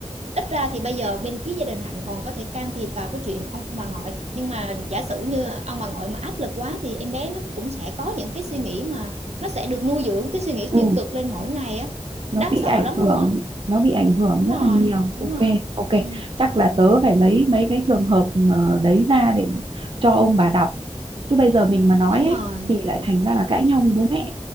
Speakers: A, on the right; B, on the right.
A: ít ra thì bây giờ bên phía gia đình Hạnh còn có thể can thiệp vào cái chuyện ông bà ngoại nhưng mà giả sử như ông bà ngoại mà áp lực quá thì em bé nó cũng sẽ có những cái suy nghĩ mà nó sẽ được nuôi dưỡng cái suy nghĩ
B: ừ.
A: tiêu cực lên mỗi ngày á đáng
B: nó bị
A: sợ
B: ảnh
A: lắm
B: hưởng
A: luôn á
B: nó bị ảnh hưởng
A: đúng
B: rất
A: rồi
B: là nhiều
A: đúng
B: ok
A: rồi
B: ok
A: ừ,
B: chắc là tớ phải lấy mấy cái trường hợp ờ, đấy ra để cho ông bà đọc chứ bây giờ mình mà nói
A: đúng
B: ấy,
A: rồi
B: thì lại thành ra là cãi nhau với bố mẹ